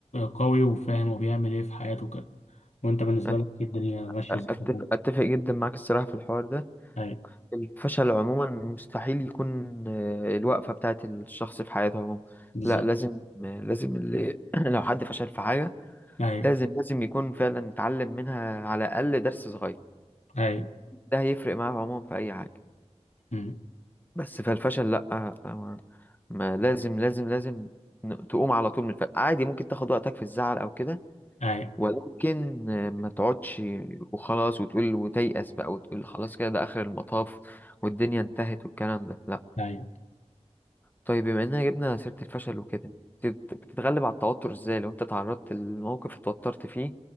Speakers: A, on the left (about 75°); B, on the left (about 15°).
A: قوي وفاهم وبيعمل إيه في حياته كده وأنت بالنسبة
B: أت-
A: لك إيه، الدنيا ماشية
B: أتفق
A: إزاي
B: أتفق جدا معاك الصراحة في الحوار ده
A: أي
B: الفشل عموما مستحيل يكون آه، الوقفة بتاعت الشخص في حياته عموما
A: بالظبط
B: لا لازم آه، لازم اللي <clears throat> لو حد فشل في حاجة
A: أي
B: لازم لازم يكون فعلا اتعلم منها على الأقل درس صغير
A: أي
B: ده هيفرق معاه عموما في أي حاجة
A: أمم.
B: بس فالفشل لا آه، آه، ما ما لازم لازم لازم ن- تقوم على طول من الفشل عادي ممكن تاخد وقتك في الزعل أو كده
A: أي
B: ولكن آه، ما تقعدش وخلاص وتقول وتيأس بقى وتقول خلاص كده ده آخر المطاف والدنيا انتهت والكلام ده لا
A: أي
B: طيب بما اننا جبنا سيرة الفشل وكده بتت- بتتغلب على التوتر ازاي لو انت تعرضت لموقف اتوترت فيه